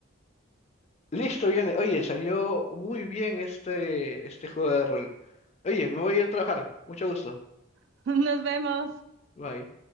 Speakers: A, on the left (about 30°); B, on the right (about 65°).
A: Listo, viene. Oye, salió muy bien este, este juego de rol. Oye, me voy a ir a trabajar. Mucho gusto.
B: <laughs> Nos vemos.
A: Bye.